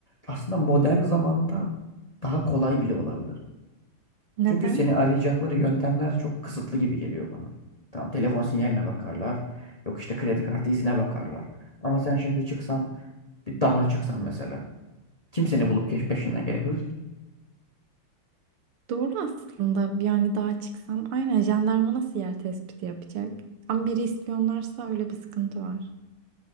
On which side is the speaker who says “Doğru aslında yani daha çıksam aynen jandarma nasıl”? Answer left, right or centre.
Right